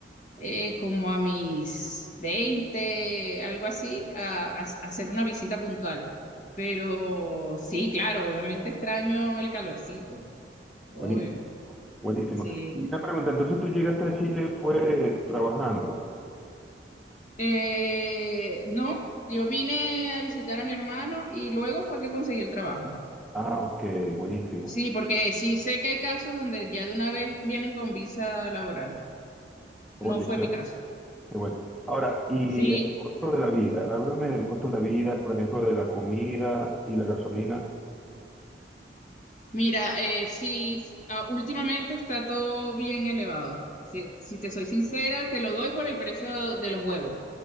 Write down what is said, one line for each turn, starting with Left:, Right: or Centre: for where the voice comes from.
Left: eh, como a mis 20 algo así, a, a- a hacer una visita puntual. Pero sí, claro, obviamente extraño el calorcito, obvio.
Centre: buenísimo. Buenísimo.
Left: Sí.
Centre: Una pregunta, entonces tú llegaste a Chile fue trabajando.
Left: Eh, no, yo vine a visitar a mi hermano y luego fue que conseguí el trabajo.
Centre: Ah, ok, buenísimo.
Left: Sí, porque sí sé que hay casos donde ya de una vez vienen con visa laboral.
Centre: Oye,
Left: No fue
Centre: qué,
Left: mi caso.
Centre: qué bueno. Ahora, y
Left: Sí,
Centre: el costo de la vida, háblame del costo de la vida, por ejemplo, de la comida y la gasolina.
Left: mira, eh, sí, ah, últimamente está todo bien elevado. Si, si te soy sincera, te lo doy por el precio de los huevos.